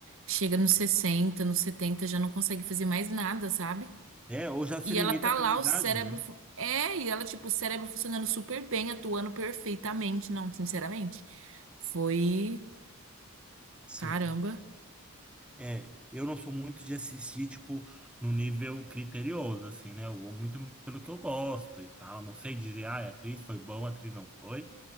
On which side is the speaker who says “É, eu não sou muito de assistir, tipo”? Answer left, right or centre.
Centre